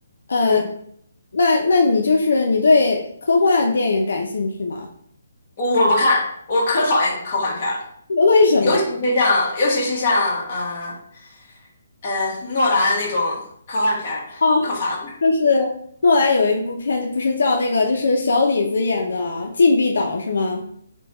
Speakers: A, on the left; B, on the left.
A: 呃，
B: 嗯，
A: 那那你就是你对科幻电影感兴趣吗？
B: 我我不看，我可讨厌科幻片儿了。
A: <laughs> 为什么呀？
B: 尤其是像，尤其是像，呃，呃，诺兰那种科幻片儿，
A: 哦，
B: 可烦了
A: 就是诺兰有一部片子，不是叫那个就是小李子演的《禁闭岛》是吗？